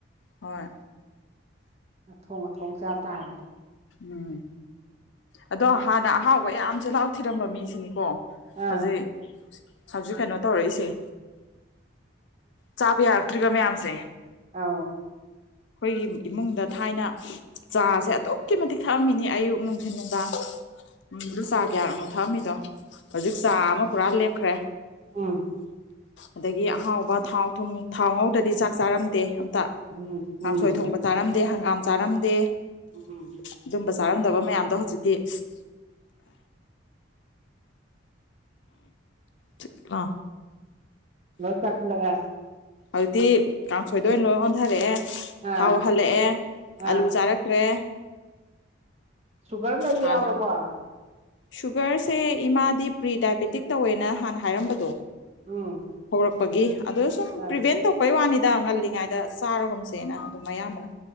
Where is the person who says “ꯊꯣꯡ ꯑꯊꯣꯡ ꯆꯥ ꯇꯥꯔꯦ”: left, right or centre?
Right